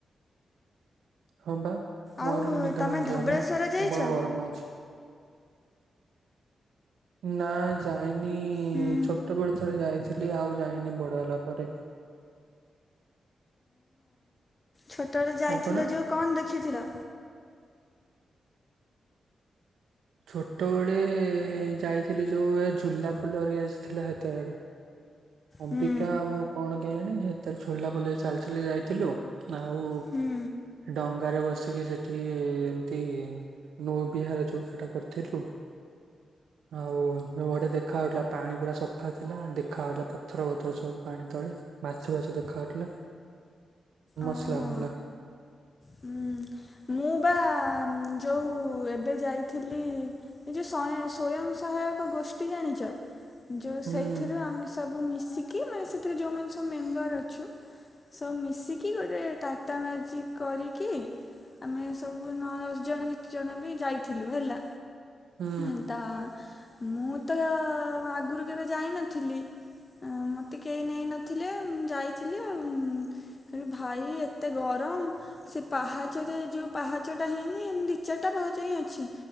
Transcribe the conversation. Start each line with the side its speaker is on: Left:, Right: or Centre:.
Right: ହଁ ପା।
Left: ଆଉ
Right: ମୋର ବି ନିଦ
Left: ତମେ
Right: ଭାଙ୍ଗିଗଲା
Left: ଧବଳେଶ୍ୱର ଯାଇଛ
Right: ପ୍ରବଳ ଗରମ ହୋଉଚି। ନାଁ ଯା ଇନି
Left: ହୁଁ
Right: ଛୋଟବେଳ ଥରେ ଯାଇଥି ଏ ଆଉ ଯାଇନି ବଡ ହେଲା ପରେ।
Left: ଛୋଟ ବେଳେ ଯାଇଥିଲ
Right: ଆପଣ?
Left: ଯୋଉ କଣ ଦେଖିଥିଲ?
Right: ଛୋଟବେଳେ ଯାଇଥିଲି ଯୋଉ ଏ ଝୁଲା ଫୋଲ ହେରିକା ଥିଲା ହେତେବେଳ। ଅବିକା
Left: ହୁଁ
Right: ଆଉ କଣ କେଇଆଣି ସେତେବେଳ ଝୁଲା ପୋଲରେ ଚାଲି ଚାଲି ଯାଇଥିଲୁ। ଆଉ
Left: ହୁଁ
Right: ଡଙ୍ଗ ଡ଼ଙ୍ଗା ରେ ବସିକି ସେଠି ଏମତି ନୌ ବିହାର ଯୋଉଠ କରିଥିଲୁ ଆଉ ଗୋଟେ ଦେଖା ଯାଉଥିଲା ପାଣି ସଫା ଥିଲା ଦେଖା ଯାଉଥିଲା ପଥର ବଥର ସବୁ ପାଣି ତଳେ ମାଛ ବାଛ ଦେଖା ଯାଉଥିଲା ମ
Left: ଓହୋ
Right: ଆଲାମିଲ
Left: ହୁଁ ମୁଁ ବା ଯୋଉ ଏବେ ଯାଇଥିଲି ଯୋଉ ସଙ୍ଗ୍ ସ୍ଵୟଂ ସହାୟକ ଗୋଷ୍ଠୀ ଜାଣିଚ? ଯୋଉ
Right: ହୁଁ
Left: ସେଇଥିରୁ ଆମେ ସବୁ ମିଶିକି ମାନେ ସେଥିରେ ଯୋଉ ମାନ ସବୁ ମେମ୍ବର ଅଛୁ ସବୁ ମିଶିକି ଗୋଟେ ଟାଟା ମେଜିକ୍ କରିକି ଆମେ ସବୁ ନ ଦଶ ଜଣ ଯେତେ ଜଣ ବି ଯାଇଥିଲୁ ହେଲା
Right: ହୁଁ
Left: ହଁ ତ ମୁଁ ତ ଆଗରୁ କେବେ ଯାଇ ନଥିଲି ଅଁ ମତେ କେହି ନେଇ ନଥିଲେ ମୁଁ ଯାଇଥିଲି ଆଉ ଉଁ ଭାଇ ଏତେ ଗରମ ସେ ପାହ ଚରେ ଯୋଉ ପାହାଚଟା ହେଇନି ଏମ୍ ଦି ଚାରଟା ପାହାଚ ହିଁ ଅଛି